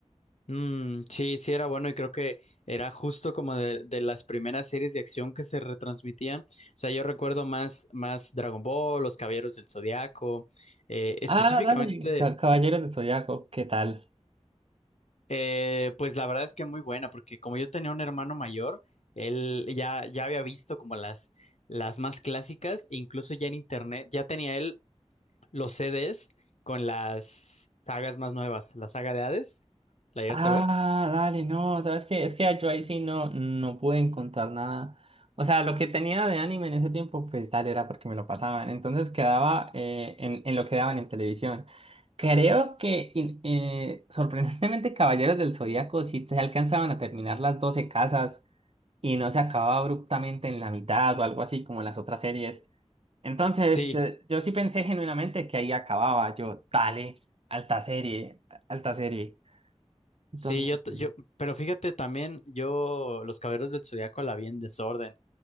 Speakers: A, on the left; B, on the right.
A: Mm, sí, sí era bueno y creo que era justo como de, de las primeras series de acción que se retransmitían. O sea, yo recuerdo más, más Dragon Ball, Los Caballeros del Zodiaco, eh, específicamente,
B: Ah, dale, Ca- Caballeros de Zodiaco, ¿qué tal?
A: eh, pues la verdad es que muy buena, porque como yo tenía un hermano mayor, él ya, ya había visto como las, las más clásicas, e incluso ya en internet, ya tenía él los CDs con las sagas más nuevas. La saga de Hades, ¿la llegaste
B: Ah,
A: a ver?
B: dale, no, ¿sabes qué? Es que yo ahí sí no, no pude encontrar nada. O sea, lo que tenía de anime en ese tiempo, pues dale, era porque me lo pasaban. Entonces quedaba eh, en, en lo que daban en televisión. Creo que in- eh, sorprendentemente Caballeros del Zodiaco sí se alcanzaban a terminar las 12 casas y no se acababa abruptamente en la mitad o algo así como las otras series. Entonces,
A: Sí,
B: yo, yo sí pensé genuinamente que ahí acababa. Yo, dale, alta serie, alta serie. Entonces,
A: sí, yo, t-
B: sí.
A: yo, pero fíjate también, yo Los Caballeros del Zodiaco la vi en desorden,